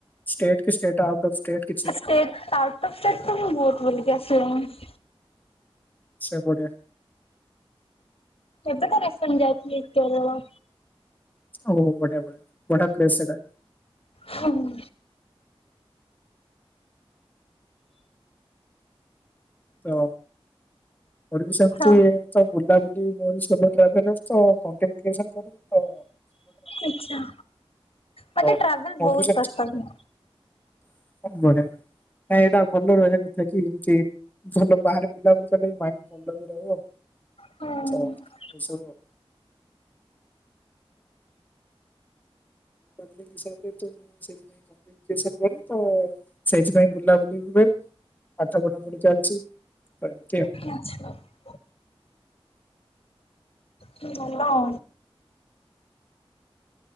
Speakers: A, on the left; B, on the left.
A: ଷ୍ଟେଟ କିଷ୍ଟେଟ ଆଉଟଫ୍ଷ୍ଟେଟ କିଛି?
B: <unintelligible> ତସେତ ମୁଁ ବହୁତ୍ ବୁଲିକି ଆସିଲାଣି।
A: ଆଚ୍ଛା ବଢ଼ିଆ।
B: ଏବେ ତ ରିସେଣ୍ତେ୍ ଯାଇଥିଲି କେରେଳ।
A: ଓହୋ ବଢ଼ଆ ବଢଆ ବଢ଼ିଆ ପ୍ଲେସ୍ ସେଇଟା।
B: ହୁଁ।
A: ତ ମର୍ ବି ସେମିତି
B: ହଁ
A: ତ ବୁଲାବୁଲି ମୋର ସୋଲୋ ଟ୍ରାଭେଲ ତ କଣ୍ଟେଣ୍ଟ କ୍ରିଏସନ କରେ ତ।
B: ଆଚ୍ଛା। ମତେ
A: ହଁ
B: ଟ୍ରାଭେଲ
A: ମୋରବି
B: ବହୁତ
A: ସେମିତି।
B: ପସନ୍ଦ।
A: ନାଇଁ ଏଇଟା ଭଲ ରହିବା କଥା କି ଏମତି ଭଲ ବାହାରେ ବୁଲାବୁଲି କଲେ ବି ମାଇଣ୍ଡ ଭଲ ବି ରହିବ
B: ହଁ
A: ତ ଏସବୁ ଆଉ। <unintelligible> ହିସାବରେ ତ ସେ <unintelligible> ସେଇଥିପାଇଁ ବୁଲାବୁଲି ହୁଏ। ପାଠ ପଢା ପଢି ଚାଲିଚି ଏମିତି ଆଉ।
B: <inaudible> ହୁଁ ଭଲ ଆଉ।